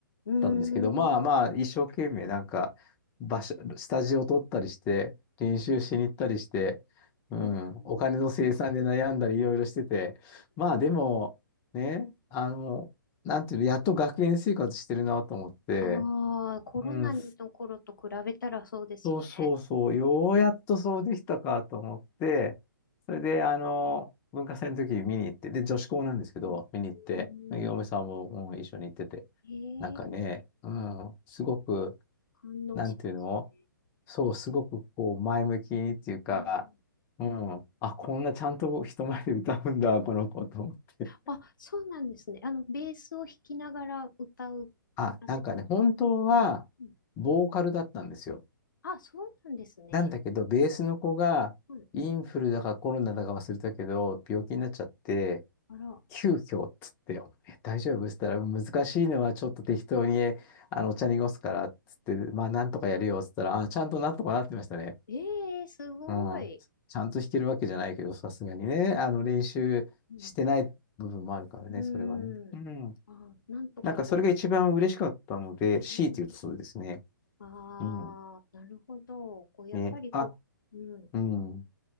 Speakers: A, on the left; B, on the left.
A: うー
B: たんですけど、まあまあ、
A: ん。
B: 一生懸命なんか、場所、スタジオ取ったりして、練習しに行ったりして、うん、
A: えー、
B: お金の生産で悩んだりいろいろしてて、
A: <laughs> そう
B: まあでも、ね、あの、なんていうの、やっと学園生活してるなと思って、
A: ああ、コロナの頃と比べたらそうですね。
B: うん、そうそうそう、ようやっとそうできたかと思って、それで、あの、文化祭の時見に行って、で、女子校なんですけど、
A: うん、
B: 見に行って、
A: う
B: 嫁さんも、
A: ん
B: うん一緒に行ってて、
A: え
B: なんかね、
A: ー、
B: うん、すごく、
A: 感動しますね。
B: なんていうのそう、すごくこう、前向きにっていうか、
A: <laughs> うん、
B: うん、あ、こんなちゃんと人前で歌うんだ、この子と思って。
A: あ、そうなんですね。あの、ベースを弾きながら歌う、
B: あ、
A: 歌ってたんです。
B: なんかね、本当は、
A: うん、
B: ボーカルだったんですよ。
A: あ、そうなんですね。
B: なんだけど、ベースの子がインフルだかコロナだか忘れたけど、
A: うん、
B: 病気になっちゃって、
A: あら、
B: 急遽っつって、え大丈夫っつったら、難しいのはちょっと適当に、えあの、お茶濁すからっつって、まあ、なんとかやるよっつったら、あ、ちゃんとなんとかなってましたね。
A: ええー、すごい。
B: うん。ちゃんと弾けるわけじゃないけど、さすがにね、あの、練習してない部分もあるからね、
A: うんうーん。
B: それはね。うん。
A: あ、なんとかこ
B: なんか、それが一番嬉しかったので、強いて言うとそうですね。
A: う。えー、あ
B: うん。
A: あ、なるほど。こう、やっぱりこう、
B: ね。あ、
A: うん。
B: うん。